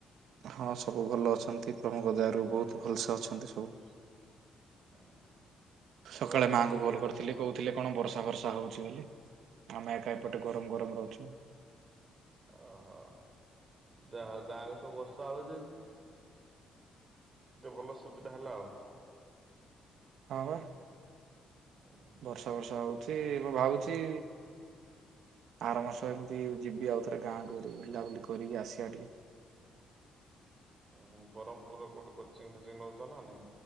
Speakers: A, on the right; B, on the right.
A: ହଁ ସବୁ ଭଲ ଅଛନ୍ତି ପ୍ରଭୁଙ୍କ ଦୟରୁ ବହୁତ ଭଲସେ ଅଛନ୍ତି ସବୁ।
B: ଉହୁଁ।
A: ସକାଳେ
B: ଘରେ ସବୁ
A: ମାଙ୍କୁ
B: କିଏ କିଏ
A: କଲ
B: ରହୁଛନ୍ତି?
A: କରିଥିଲି। କହୁଥିଲେ କଣ ବର୍ଷା ଫର୍ଷା ହଉଛି ବୋଲି ଆମେ ଏକା ଏପଟେ ଗରମ ଗରମ ଅଛୁ।
B: ଓହୋ ଯା ହଉ ଗାଁ ରେ ତ ବର୍ଷା ହଉଛି। ଟେ ଭଲ ସୁବିଧା ହେଲା ଆଉ।
A: ହଁ ବା।
B: ହୁଁ।
A: ବର୍ଷା ବର୍ଷା ହଉଛି ମୁଁ ଭାବୁଛି ଆର ମାସ ଏମିତି ଯିବି ଆଉ ଥରେ ଗାଁ କୁ ଟିକେ ବୁଲା ବୁଲି କରିକି ଆସିବି ଟିକେ।
B: ହୁଁ ହୁଁ ବ୍ରହ୍ମପୁରରେ ଗୋଟେ କୋଚି ଫୋଚିଂ ନଉଛ ନା ନାଇଁ?